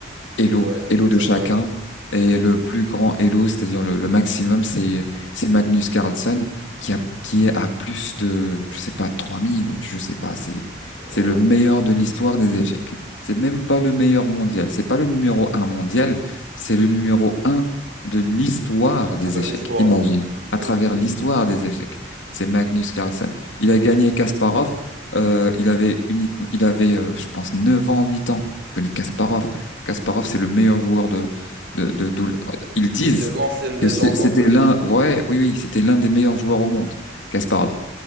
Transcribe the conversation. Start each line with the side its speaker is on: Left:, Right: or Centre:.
Left: Elo,
Right: Ouais,
Left: Elo
Right: exactement.
Left: de chacun. Et le plus grand Elo, c'est-à-dire le, le maximum, c'est c'est Magnus Carlsen qui a qui est à plus de je sais pas 3000 ou je sais pas, c'est
Right: Ouais,
Left: c'est le meilleur de l'histoire des échecs. C'est même pas le meilleur mondial, c'est pas le numéro un mondial, c'est le numéro un de l'histoire
Right: à travers
Left: des échecs.
Right: l'histoire.
Left: Imagine, à
Right: Ok.
Left: travers l'histoire des échecs, c'est Magnus Carlsen. Il a gagné Kasparov, euh, il avait uniquement il avait euh, je pense 9 ans, 8 ans. Je connais Kasparov. Kasparov, c'est le meilleur joueur de, de, de, tout le- Ils disent
Right: Qui était l'ancienne légende
Left: que c'est- c'était
Right: en fait.
Left: l'un, ouais, oui, oui, c'était l'un des meilleurs joueurs au monde, Kasparov.